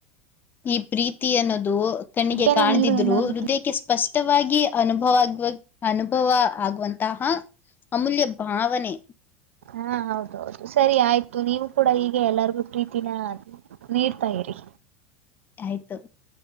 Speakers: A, on the left; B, on the right.
A: ಈ ಪ್ರೀತಿ ಅನ್ನೋದು ಕಣ್ಣಿಗೆ
B: ಏನೇ
A: ಕಾಣದಿದ್ರು
B: ನೀವು ಎಲ್ಲಾರೂ
A: ಹೃದಯಕ್ಕೆ ಸ್ಪಷ್ಟವಾಗಿ ಅನುಭವ ಆಗುವ ಅನುಭವ ಆಗುವಂತಹ ಅಮೂಲ್ಯ ಭಾವನೆ
B: ಹಾ ಹೌದೌದು ಸರಿ ಆಯ್ತು ನೀವು ಕೂಡ ಈಗ ಎಲ್ಲರಿಗೂ ಪ್ರೀತಿನ ನೀಡ್ತಾ ಇರಿ
A: ಆಯ್ತು